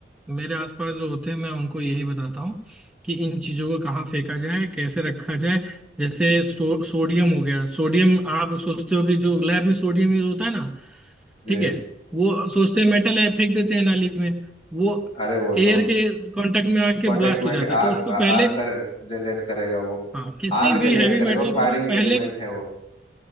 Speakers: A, in the centre; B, on the left.
A: मेरे आसपास जो होते हैं मैं उनको यही बताता हूँ कि इन चीजों को कहाँ फेंका जाए कैसे रखा जाए जैसे सो, सोडियम हो गया सोडियम आप सोचते हो कि जो लैब में सोडियम यूज होता है ना
B: जी
A: ठीक है वो सोचते हैं मेटल है फेंक देते हैं नाली में वो
B: अरे वो
A: एयर
B: तो
A: के कांटेक्ट में आके
B: कांटेक्ट
A: ब्लास्ट
B: में
A: हो
B: आके
A: जाता है
B: आग
A: तो उसको
B: आ,
A: पहले
B: आग कर जनरेट करेगा वो
A: हाँ किसी
B: आग
A: भी
B: जनरेट
A: हैवी
B: करेगा
A: मेटल
B: वो फायरिंग
A: को पहले
B: एलिमेंट है वो